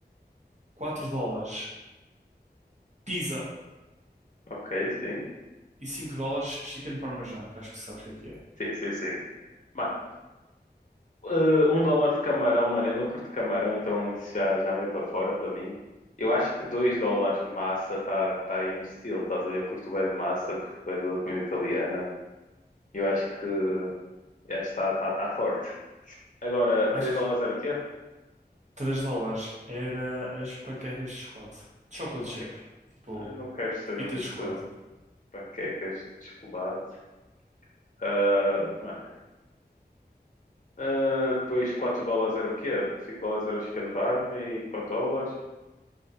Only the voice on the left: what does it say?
ok, sim.
Sim, sim, sim. Mano, eh, um dólar de camarão, mano, eu não curto camarão, então isso já, já vai para fora para mim. Eu acho que dois dólares massa tá, tá aí um estilo, estás a ver? Eu curto bem de massa, curto bem da comida italiana. Eu acho que já está, está, está forte. Agora,
3 dólares era o quê?
Ok,
eu não quero saber
muito
sobre
panquecas de chocolate. Ah, mano. Ah, depois 4 dólares era o quê? cinco dólares era o chicken parma e 4 dólares.